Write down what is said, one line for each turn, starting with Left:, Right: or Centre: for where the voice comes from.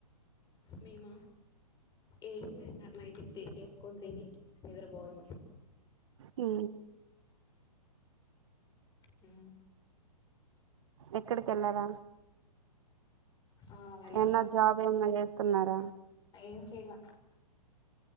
Left: మేమ ఏం లే నైట్ చేసుకొని తిని నిద్రపోడం
Right: హు
Left: హు
Right: ఎక్కడికి వెళ్ళార
Left: ఆ వెళ్ళాలా
Right: ఎన్న జాబ్ ఏమన్నా చేస్తున్నార
Left: ఏం చేయ్ లే